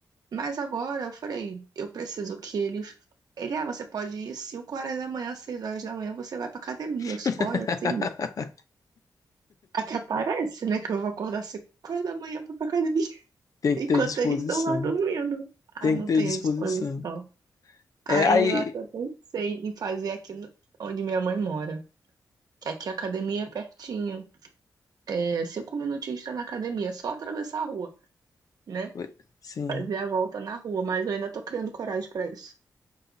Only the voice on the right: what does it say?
Mas agora eu falei, eu preciso que ele. Ele, ah, você pode ir 5 horas da manhã, 6 horas da manhã, você vai pra academia.
Eu só olho assim. Até parece, né? Que eu vou acordar 5 horas da manhã pra ir pra academia.
enquanto
eles estão lá dormindo. Ah,
não
tenho
disposição. Aí
eu até pensei em fazer aqui no- onde minha mãe mora, que aqui a academia é pertinho. É, cinco minutinhos está na academia, é só atravessar a rua, né?
Fazer a volta na rua, mas eu ainda tô criando coragem para isso.